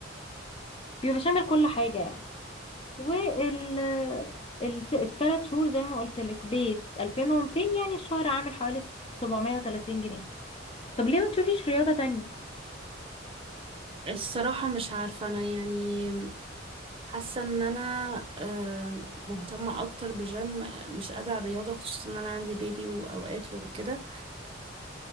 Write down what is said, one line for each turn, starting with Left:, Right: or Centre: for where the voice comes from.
Left: بيبقى شامل كل حاجة يعني وال الثلاث شهور زي ما قلت لك بيت 2200 يعني الشهر عامل حوالي 730 جنيه طب ليه ما تشوفيش رياضة تانية
Right: الصراحه مش عارفه انا يعني حاسه ان انا آه، مهتمه اكتر بجيم آه، مش قادره على الرياضه خصوصا ان انا عندي بيبي واوقات وكده